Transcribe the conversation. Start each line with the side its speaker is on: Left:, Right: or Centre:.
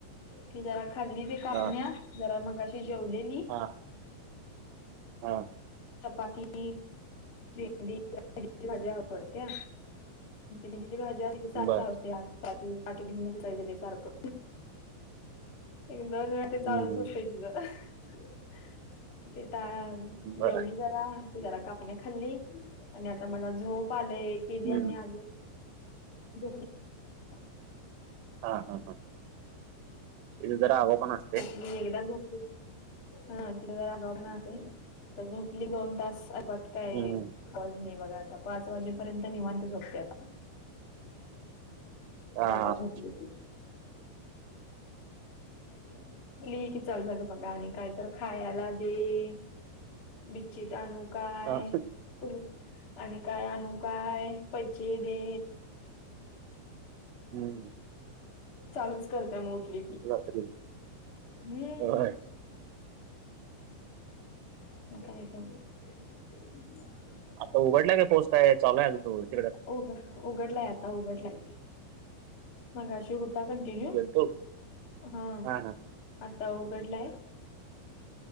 Left: ती जरा खाल्ली बी
Right: हां
Left: कापण्या जरा मगाशी जेवलेली.
Right: हां. हा.
Left: चपाती अ. भेंडी ची भाजी आवडत्या, भेंडीची भाजी आसली की हे सारख
Right: बरं
Left: चालू असतय, आमचं आधी पाठी घेऊनच फिरायच ते सारखं. एक दोन वेळा ते चालूच
Right: हं हं
Left: असतय तिझं <unintelligible> ते ता
Right: बरं
Left: जेवली जरा, जरा कापण्या खाल्ली आणि आता मला झोप आलंय. बिर्याणी
Right: हं
Left: आली <unintelligible>
Right: हा हा हा इथे जरा <unintelligible> असते.
Left: मी एकदा झोपली हा तीला जरा <unintelligible> आता झोपली दोन तास <unintelligible> काय
Right: हं
Left: <unintelligible>
Right: हं
Left: नाही बघा आता पाच वाजेपर्यंत निवांत झोपते आता.
Right: हां
Left: एकदा झोपली की. उठली की चालू झालं बघा आणि काही तर खायला दे. बिच्छिट आणू काय?
Right: हां
Left: <unintelligible> आणि काय आणू काय पैसे दे.
Right: हम्म.
Left: चालूच करतय म उठली की.
Right: <inaudible>
Left: हम्म
Right: होय
Left: म काय करू? <inaudible>
Right: आता उघडलाय का पाऊस काय चालूय अजून तिकड?
Left: उग उघडलाय आता उघडलाय मगाशी होता पण <unintelligible>
Right: गेलतो
Left: हा
Right: हां हां
Left: आता उघडलाय